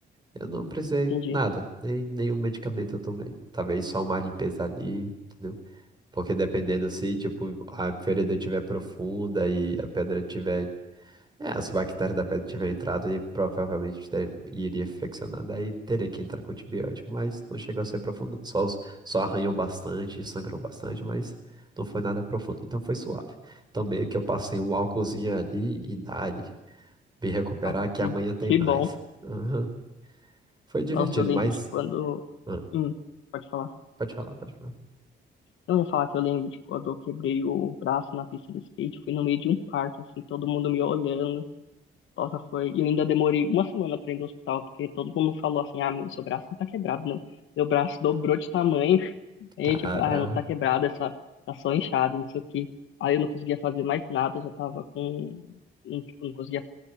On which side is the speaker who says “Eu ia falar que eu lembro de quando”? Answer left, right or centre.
Left